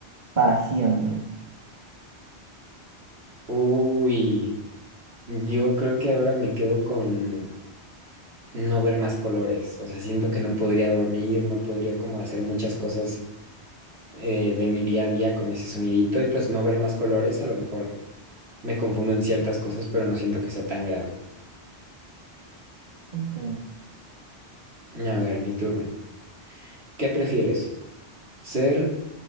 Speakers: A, on the right; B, on the right.
A: Para siempre.
B: Uy, yo creo que ahora me quedo con no ver más colores, o sea, siento que no podría dormir, no podría como hacer muchas cosas eh, de mi día a día con ese sonidito y pues no ver más colores, a lo mejor Me confundo en ciertas cosas, pero no siento que sea tan grave.
A: Ok,
B: A ver, mi turno. ¿Qué prefieres? ¿Ser